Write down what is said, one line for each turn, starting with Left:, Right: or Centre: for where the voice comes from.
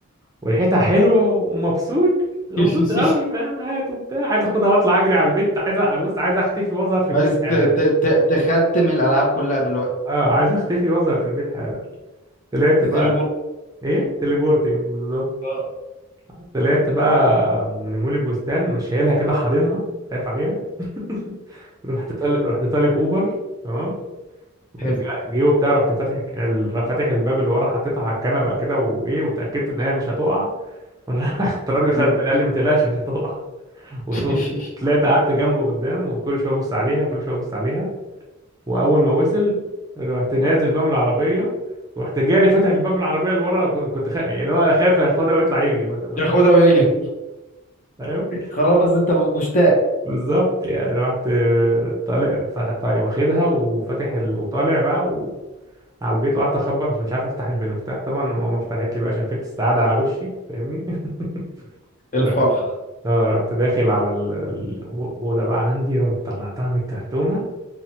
Right: وريحتها حلوه ومبسوط مبسوط
Left: <laughs>
Right: قوي فاهم هات وبتاع عايز اخدها واطلع اجري على البيت عايز أ- بص عايز اختفي واظهر في البيت
Left: بس ت-
Right: حالا
Left: ت- ت- تختم الالعاب كلها دلوقتي
Right: اه عايز اختفي واظهر في البيت حالا طلعت
Left: تتربور
Right: بقى ايه تليبورتنج بالظبط
Left: اه
Right: طلعت بقى من مول البستان مش شايلها كده حاضنها خايف عليها <laughs> رحت طالب رحت طالب اوبر تمام
Left: حلو
Right: جا- جيبه بتاعي رحت فاتح ال- فاتح الباب اللي ورا حطيتها على الكنبه كده وايه واتاكدت ان هي مش هتقع <laughs> رحت الراجل خد
Left: تمام
Right: بالي قال لي ما تقلقش مش هتقع وط-
Left: <laughs>
Right: وطلعت قعدت جنبه قدام وكل شويه ابص عليها كل شويه ابص عليها واول ما وصل رحت نازل بقى من العربيه ورحت جاري فاتح الباب العربيه اللي ورا ك- كنت خا... يعني اللي هو خايف ياخدها ويطلع يجري مثلا
Left: ياخدها
Right: <laughs>
Left: ويجري
Right: فاهم
Left: خلاص انت مشتاق
Right: بالظبط يعني رحت طالع فطيب واخدها وفاتح ال... وطالع بقى على البيت وقعدت اخبط عشان مش عارف افتح بالمفتاح طبعا ماما فتحت لي بقى شافت السعاده على وشي فاهمني <laughs>
Left: الفرحه
Right: رحت- اه رحت داخل على ال- ال- الاوضه بقى عندي رحت طلعتها من الكرتونه